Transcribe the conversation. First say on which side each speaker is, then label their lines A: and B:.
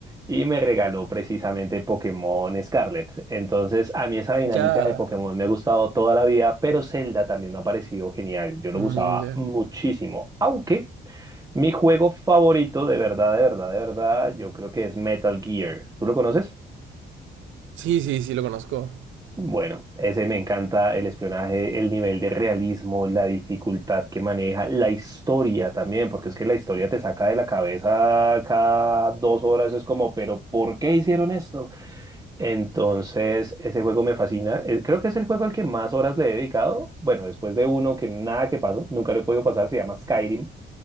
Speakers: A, on the right; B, on the right.
A: y me regaló precisamente Pokémon Scarlet. Entonces a mí esa dinámica
B: Ya.
A: de Pokémon me ha gustado toda la vida, pero Zelda también me ha parecido genial. Yo lo
B: mm,
A: usaba
B: ya.
A: muchísimo, aunque mi juego favorito de verdad, de verdad, de verdad, yo creo que es Metal Gear. ¿Tú lo conoces?
B: Sí, sí, sí, lo conozco.
A: Bueno, ese me encanta el espionaje, el nivel de realismo, la dificultad que maneja, la historia también, porque es que la historia te saca de la cabeza cada dos horas, es como, pero ¿por qué hicieron esto? Entonces, ese juego me fascina, es- creo que es el juego al que más horas le he dedicado, bueno, después de uno que nada que pasó, nunca lo he podido pasar, se llama Skyrim,